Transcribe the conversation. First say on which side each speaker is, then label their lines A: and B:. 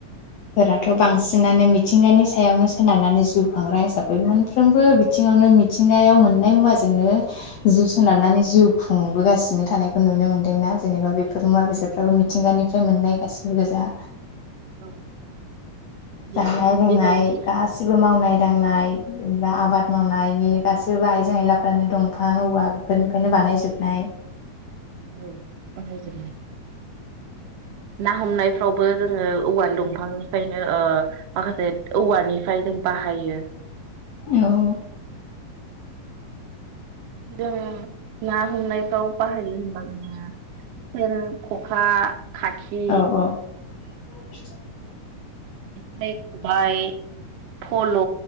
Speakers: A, on the left; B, on the right.
A: फोराथ' बांसिनानो मिथिंगानि सायावनो सोनारनानै जिउ खांग्रा हिसाबै मोनफ्रोमबो बिथिङावनो मिथिंगायाव मोननाय मुवाजोंनो जिउ सोनारनानै जिउ खुंबोगासिनो थानायखौ नुनो मोन्दोंना जेनेबा बेफोर मुवा बेसा औ मिथिंगानिफ्राय मोननाय गासिबो गोजा
B: औ बे
A: जानाय लोंनाय
B: बेबायदिनो
A: गासिबो मावनाय दांनाय जेनबा आबाद मावनायनि गासिबो आइजें आइलाफ्रानो दंफां औवा बेफोरनिफ्रायनो बानायजोबनाय।
B: जोंङो ना हमनायफ्रावबो जोंङो औवानि दंफांनिफ्रायनो माखासे औवानिफ्राय जों बाहायो।
A: औ
B: जों ना हमनायफ्राव बाहायो होनबा जोंङो सेन खखा खाखि
A: औ <inaudible>
B: जेखाइ खबाइ फल'